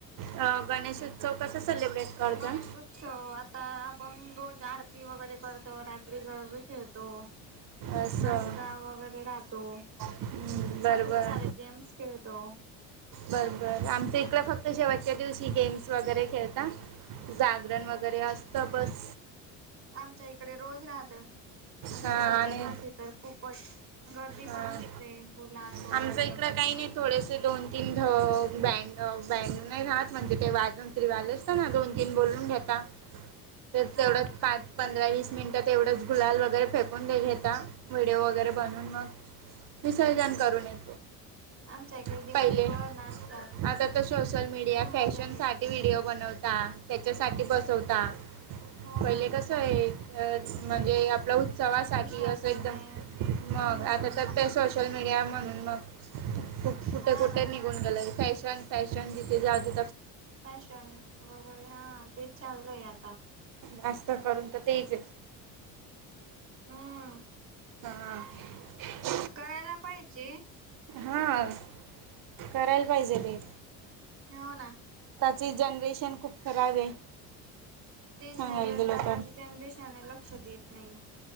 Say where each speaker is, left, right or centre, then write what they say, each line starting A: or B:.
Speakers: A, on the right; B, on the right.
A: अं, गणेश उत्सव कसं सेलिब्रेट करता
B: गणेशोत्सव आता आपण रोज आरती वगैरे करतो रात्री.... त <unintelligible> सेतो <unintelligible>
A: असं
B: नाश्ता वगैरे राहतो
A: हम्म, बरोबर
B: खूप सारे गेम्स खेळतो.
A: बर बर आमच इकड फक्त शेवटच्या दिवशी गेम्स वगैरे खेळतात जागरण वगैरे असतं बस
B: आमच्या इकडे रोज राहत आणि
A: हां
B: शेवटच्या
A: आणि
B: दिवशी तर खूपच गर्दी
A: हां
B: पण असते गुलाल वगैर
A: आमच्या इकडं काही नाही थोडेसे दोन तीन बँड बँड नाही राहात म्हणजे ते वाजून तरी वाजचत ना दोन तीन बोलून घेता. तर
B: हा
A: तेवढंच
B: हा.
A: पाच पंधरा वीस मिनिटात तेवढंच गुलाल वगैरे फेकून व्हिडिओ वगैरे बनून मग विसर्जन करून येत
B: आमच्या इकडे
A: पहिले
B: दिवसभर नाचतात
A: आता तर सोशल मीडिया
B: खूप
A: फॅशन
B: मजा येते
A: साठी व्हिडिओ बनवता त्याच्यासाठी ब चौथा
B: हो
A: पहिले
B: ना.
A: कस आहे. अ म्हणजे आपल्या उत्सवासाठी
B: विश्वासाने
A: एकदम मग
B: हम्म
A: आता तर ते सोशल मीडिया म्हणून मगूप कुठे
B: हा
A: कुठे
B: ना.
A: निघून गेलायचं. फॅशन फॅशन दिे जाते
B: फॅशन वगैरे हा तेच चालू आता
A: जास्त करून तर तेच
B: हम्म
A: हा.
B: करायला पाहिजे.
A: हां करायला पाहिजे ते.
B: हो ना.
A: ची जनरेशन खूप खराब आहे.
B: तेच
A: सांगायला
B: ना जन
A: गेलो
B: आताची
A: तर
B: जनरेशन आहे ल क्ष देत नाही.